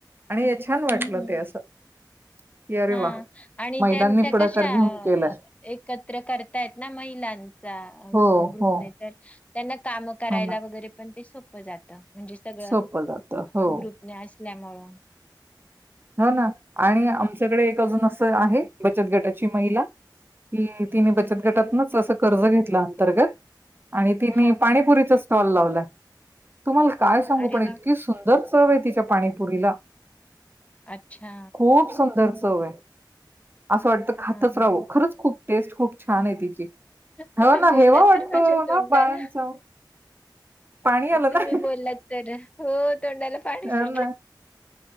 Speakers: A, on the right (about 25°); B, on the left (about 15°).
A: आणि हे छान
B: हम्म
A: वाटलं
B: हम्म
A: ते असं की अरे
B: हा
A: वा
B: आणि
A: महिलांनी
B: त्या त्या
A: पुढाकार
B: कशा
A: घेऊन केलाय.
B: एकत्र करतायत ना महिलांचा
A: हो,
B: ग्रुपने
A: हो,
B: तर त्यांना काम करायला
A: हो ना.
B: वगैरे पण ते सो प जात म्हणजे सगळं
A: सोपं जातं. हो.
B: ग्रुपने आस ल्यामुळ
A: हो ना आणि आमच्या इकडे एक अजून असं आहे बचत गटाची महिला कि तिने बचत गटातनच असं कर्ज घेतलं अंतर्गत आणि तिने
B: हा
A: पाणीपुरीचा
B: हा
A: स्टॉल लावलाय तुम्हाला काय सांगू
B: अरे
A: पण
B: वा
A: इतकी सुंदर चव आहे ति त्या पाणीपुरीला
B: अच्छा
A: खूप सुंदर चव आहे. असं वाटतं खातच
B: हा, हा
A: राहावं. खरंच खूप टेस्ट खूप छान आहे तिची.
B: तुम्ही
A: हो ना
B: बोललात
A: हेवा वाटतो
B: तर माझ्या तोंडाला
A: ना बायांचा. पाणी आलं
B: अ तुम्ही
A: ना.
B: बोललात तर हो तोंडाला पाणी सुटलं.
A: ह ना